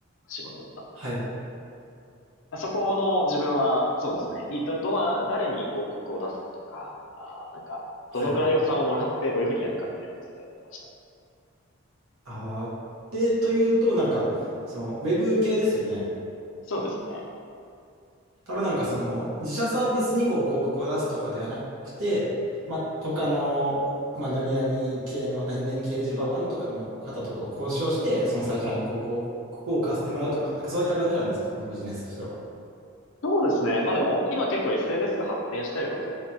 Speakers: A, on the left; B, on the right.
A: 仕事だったんですけど。
B: はい。
A: そこの自分は、そうですね。いど、どな、誰に広告を出すかとか、あー、なんか、
B: はい。
A: どのぐらい予算をもらってどういうふうにやるかみたいなのをずっとやってましたね。
B: あーで、というと、なんか、その、ウェブ系ですよね。
A: そうですね。
B: ただなんか、その、自社サービスにこう、広告を出すとかではなくて、まあ、他の、まあ、何々系の、何々掲示板とかの方とこう交渉して、そのサイト内にこう、こう、ここを置かせてもらうとか、なんかそういった感じなんですか、このビジネスとしては。
A: そうですね。まあでも、今結構 SNS が発展してるので、